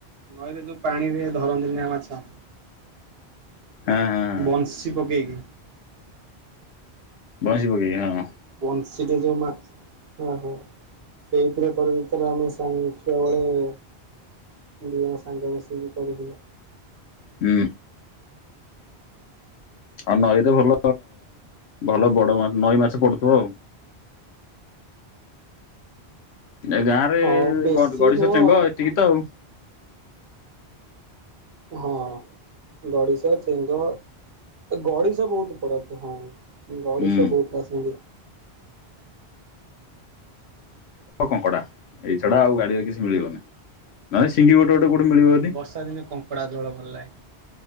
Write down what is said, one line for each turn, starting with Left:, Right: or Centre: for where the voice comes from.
Right: ନଈରେ ଯୋଉ ପାଣିରେ ଧରନ୍ତିନ ମାଛ
Left: ହଁ ହଁ
Right: ବଂଶୀ ପକେଇକି
Left: ବଢିବ କି ହଁ
Right: ବଂଶଟ ଯୋଉ ମାଛ ହୋ ସେଇଥିରେ ଥରେ ଦଥର ଆମେ ସାଙ୍ଗ ଛୁଆ ବେଳେ ଦିଗ ସାଙ୍ଗ ମିଶିକି କରିଦିବ
Left: ହଁ ଆଉ ନଈ ତ ଭଲ ଭଲ ବଡ ନଈ ମାଛ ପଡୁଥିବ ଆଉ ଏ ଗାଁ ରେ
Right: ହଁ ବେଶୀ
Left: ଗଡିଶ
Right: ନୁହଁ
Left: ଚେଙ୍ଗ ଏତିକି ତ ଆଉ
Right: ହଁ ଗଡିଶ ଚେଙ୍ଗ ଗଡିସ ବହୁତ ପଡ଼ା ହଁ
Left: ହୁଁ।
Right: ଗଡିଶ ବହୁତ ପସନ୍ଦ
Left: କଙ୍କଡା ଏଇ ଛଡା ଆଉ ଗାଡିରେ କିଛି ମିଳିବନି ନ ସିଙ୍ଗି ଗୋଟେ କୋଉଠି ମିଳିବ ଯଦି
Right: ବର୍ଷା ଦିନେ କଙ୍କଡା ଜଳ ଭଲ ଲାଗେ